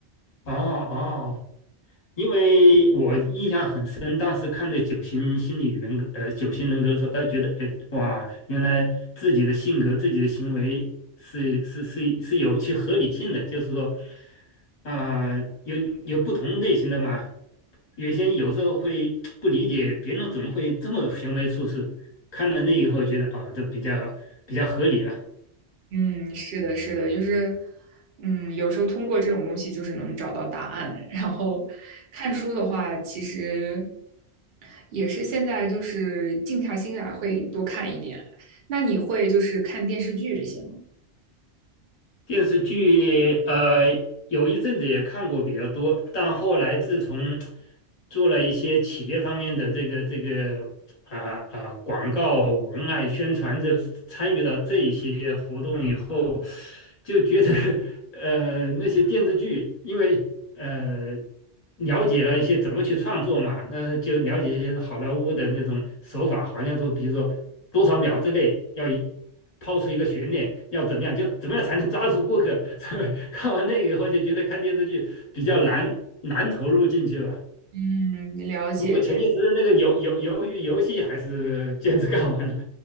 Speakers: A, on the left; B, on the right.
A: 哦哦，因为我印象很深，当时看那九型心理人格，呃，九型人格的时候，哎、觉得哎、哇，原来自己的性格、自己的行为是是是是有其合理性的，就是说，啊、有有不同类型的嘛。原先有时候会不理解别人怎么会这么行为处事，看了那以后觉得哦，这比较比较合理了。
B: 嗯，是的，是的，就是，嗯，有时候通过这种东西就是能找到答案。<laughs> 然后看书的话，其实也是现在就是静下心来会多看一点。那你会就是看电视剧这些吗？
A: 电视剧呃，有一阵子也看过比较多，但后来自从做了一些企业方面的这个这个啊啊、广告文案宣传这参与到这一些活动以后，就觉得 <laughs> 呃那些电视剧，因为呃了解了一些怎么去创作嘛，那就了解一些好莱坞的那种手法，好像说比如说多少秒之内要一抛出一个悬念，要怎么样，就怎么样才能抓住顾客。<laughs> 所以看完那个以后就觉得看电视剧比较难难投入进去了。
B: 嗯，了解，
A: 不过前些时日那个游游鱿鱼游戏还是坚持干完了。